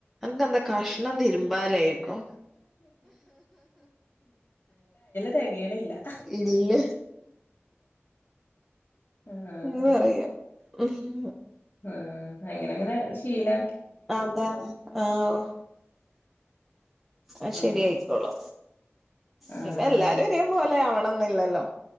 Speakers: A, in the centre; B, on the left.
A: അൻക്കന്താ കശ് ണം തിരുമ്പാലേക്കോ?
B: തെകയി ണില്ല.
A: ഇല്ല.
B: ആഹ്
A: ഇങ്ങള് പറയാ. ഹും
B: ഉം, അങ്ങനെങ്ങനെ ശീല
A: അതാണ്. ആഹ്, ഓ അഹ്
B: ആഹ്
A: ശരിയായി. ള
B: ആഹ്
A: പിന്നെ, എല്ലാരു
B: അത് ശരി
A: രേപോലെ ആവണം ന്നില്ലല്ലോ?